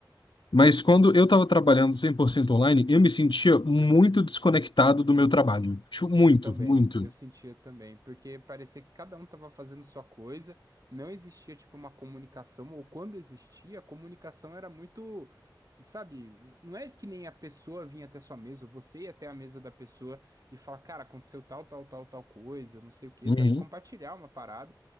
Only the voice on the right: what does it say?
Eu também,
eu sentia também, porque parecia que cada um estava fazendo sua coisa, não existia tipo uma comunicação, ou quando existia, a comunicação era muito, sabe, não é que nem a pessoa vinha até sua mesa, ou você ia até a mesa da pessoa e falar, cara, aconteceu tal, tal, tal, tal coisa, não sei o quê,
sabe, compartilhar uma parada.